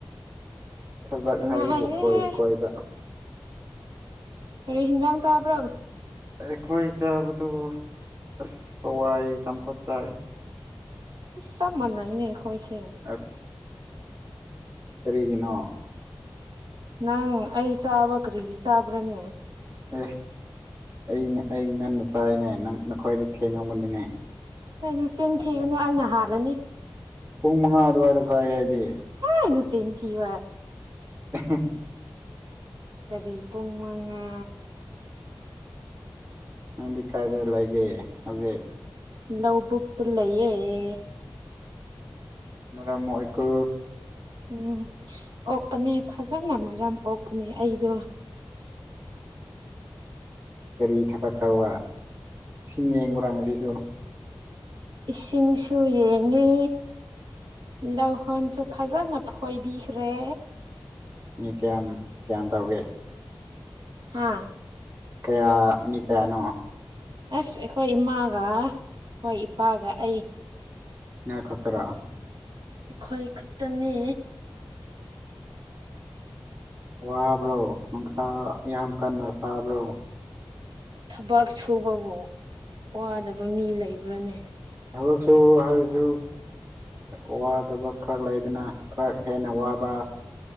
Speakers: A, on the right; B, on the right.
A: <inaudible> ꯊꯕꯛ
B: ꯅꯨꯡꯉꯥꯏꯔꯦꯍꯦ
A: ꯍꯥꯏꯕꯕꯨ ꯀꯣꯏ ꯀꯣꯏꯕ
B: ꯈꯔ ꯏꯟꯖꯥꯡ ꯆ ꯍꯥꯕ꯭ꯔꯕ
A: ꯑꯩꯈꯣꯏ ꯆꯕꯗꯨ ꯍꯋꯥꯏ ꯆꯄ ꯆꯥꯏ
B: ꯁ ꯃꯅꯥꯏꯅꯦꯈꯣꯏꯁ
A: ꯑꯁ ꯀꯔꯤꯒꯤꯅꯣ
B: ꯅꯪ ꯑꯩ ꯆꯥꯕꯀꯔꯤ ꯆꯥꯕ꯭ꯔꯅꯦ
A: ꯑꯦ ꯑꯩ ꯑꯩ ꯉꯟꯅ ꯆꯥꯏꯅꯦ ꯅꯪ ꯅꯈꯣꯏꯗꯤ ꯊꯦꯡꯉꯝꯕꯅꯤꯅꯦ
B: ꯍꯥꯏꯗꯤ ꯆꯤꯟ ꯊꯤꯒꯅꯨ ꯑꯩꯅ ꯍꯥꯜꯂꯅꯤ
A: ꯄꯨꯡ ꯃꯉꯥ ꯑꯗꯨꯋꯥꯏꯗ ꯆꯥꯏꯦ ꯍꯥꯏꯗꯤ
B: ꯊꯕ
A: <inaudible>
B: ꯀꯕꯤ ꯄꯨꯉꯉ
A: ꯅꯪꯗꯤ ꯀꯥꯏꯗ ꯂꯩꯒꯦ ꯍꯧꯖꯤꯛ
B: ꯂꯧꯕꯨꯇ ꯂꯩꯌꯦꯦ
A: ꯑꯝꯣꯏꯀ
B: ꯎꯝ ꯑꯣꯛꯄꯅꯦ ꯐꯖꯅ ꯃꯔꯝ ꯑꯣꯛꯄꯅꯦ ꯑꯩꯗꯣ
A: ꯒꯥꯔꯤ ꯊꯕꯛ ꯇꯧꯕ ꯏꯁꯤꯡ ꯌꯦꯡꯕꯨꯔꯥꯡꯁꯤꯁꯨ
B: ꯏꯁꯤꯡꯁꯨ ꯌꯦꯡꯉꯤ ꯂꯧꯍꯣꯟꯁꯨ ꯐꯖꯅ ꯐꯣꯏꯕꯤꯈ꯭ꯔꯦ
A: ꯃꯤ ꯀꯌꯥꯝ ꯀꯌꯥꯝ ꯇꯧꯒꯦ
B: ꯍꯥꯥ
A: ꯀꯌꯥ ꯃꯤ ꯀꯌꯥꯅꯣ
B: ꯑꯁ ꯑꯩꯈꯣꯏ ꯏꯃꯥꯒ ꯑꯩꯈꯣꯏ ꯏꯄꯥꯒ ꯑꯩ
A: ꯏꯅ ꯈꯇꯔ
B: ꯑꯩꯈꯣꯏ ꯈꯛꯇꯅꯦ
A: ꯋꯥꯕ꯭ꯔꯣ ꯅꯨꯡꯁꯥ ꯌꯥꯝ ꯀꯟꯅ ꯁꯥꯕ꯭ꯔꯣ
B: ꯊꯕꯛ ꯁꯨꯕꯕꯨ ꯋꯥꯗꯕ ꯃꯤ ꯂꯩꯕ꯭ꯔꯥꯅꯦ
A: ꯊꯛꯁꯨ ꯍꯥꯏꯁꯨ ꯋꯥꯗꯕ ꯈꯔ ꯂꯩꯗꯅ ꯈꯔ ꯍꯦꯟꯅ ꯋꯥꯕ